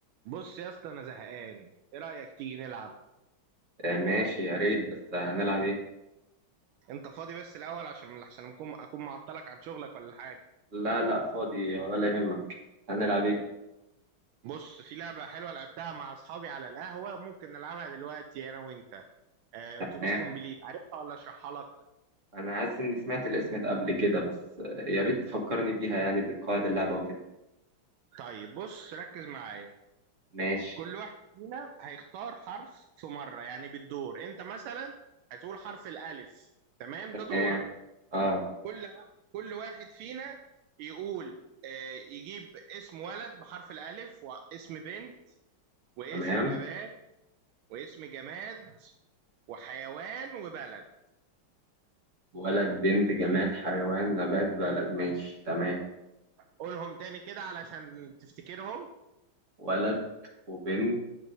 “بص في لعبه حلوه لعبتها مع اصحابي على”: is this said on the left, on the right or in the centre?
Right